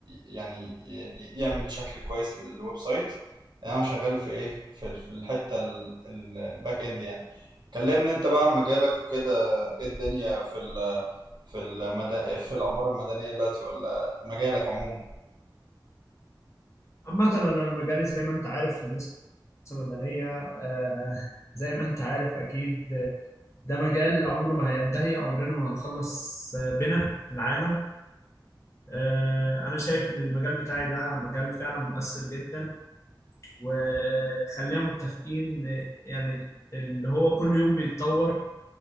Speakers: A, on the right; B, on the left.
A: يعني ي- ي- يعمل شكل كويس للويب سايت انا شغال في ايه في ال- في الحته ال- ال- الباك اند يعني كلمنا انت بقى عن مجالك وكده ايه الدنيا في ال في المدن في العمارة المدنية دلوقتي ولا مجالك عموما
B: عامة أنا مجالي زي ما أنت عارف هندسة مدنية آه زي ما أنت عارف أكيد آه، ده مجال عمره ما هينتهي عمرنا ما هنخلص آه، بنا في العالم آه أنا شايف إن المجال بتاعي ده مجال فعلا مؤثر جدا وخلينا متفقين آه، يعني اللي هو كل يوم بيتطور